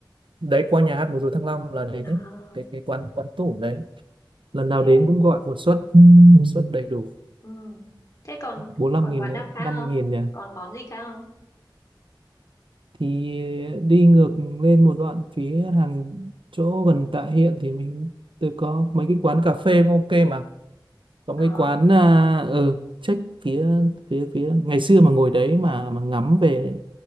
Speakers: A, on the right (about 85°); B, on the left (about 45°).
A: đấy qua nhà hát múa rối Thăng Long là đến
B: à,
A: đấy cái cái quán quán tủ đấy
B: ok
A: lần nào đến cũng gọi một suất một suất đầy đủ
B: ừ. Thế còn
A: 45
B: còn
A: nghìn
B: quán
A: đấy
B: nào khác
A: 50
B: không?
A: nghìn nhỉ
B: Còn món gì khác không?
A: thì đi ngược lên một đoạn phía hàng chỗ gần Tạ Hiện thì mình tôi có mấy cái quán cà phê cũng ok mà có
B: Ờ,
A: mấy cái quán à, ở check phía phía phía ngày xưa mà ngồi đấy mà mà ngắm về